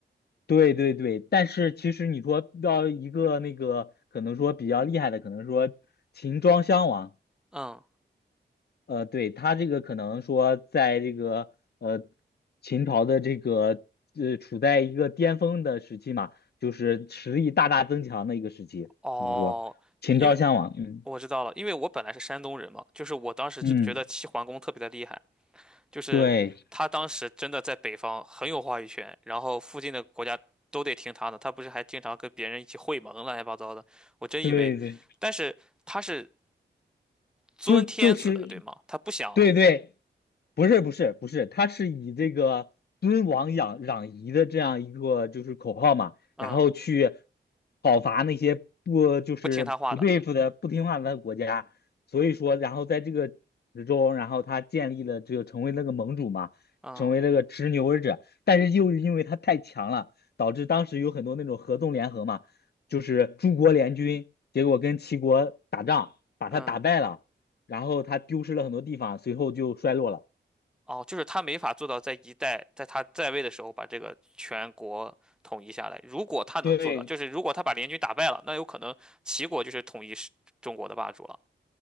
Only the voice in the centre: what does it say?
嗯，
哦，
因为
我知道了，因为我本来是山东人嘛，就是我当时就觉得齐桓公特别的厉害。
就是他当时真的在北方很有话语权，
然后附近的国家都得听他的。他不是还经常跟别人一起会盟啊，乱七八糟的。我真以为，
但是他是尊天子的，
对吗？他不想，
嗯，
不听他话的，
嗯
嗯，
哦，就是他没法做到在一代在他在位的时候把这个全国统一下来。如果他能做到，
就是如果他把联军打败了，那有可能齐国就是统一世中国的霸主了